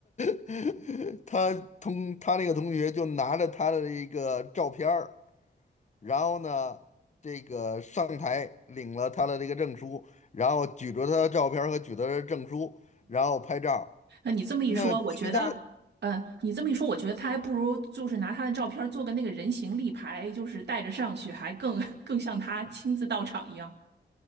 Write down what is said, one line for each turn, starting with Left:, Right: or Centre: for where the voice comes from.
Left: <laughs> 他同他那个同学就拿着他的一个照片儿，然后呢，这个上台领了他的这个证书，然后举着他的照片儿和举着他的证书，然后拍照儿
Right: 那你这么一说，
Left: 那其他
Right: 我觉得，嗯，你这么一说，我觉得他还不如就是拿他的照片儿做个那个人形立牌，就是带着上去，还更 <laughs> 更像他亲自到场一样。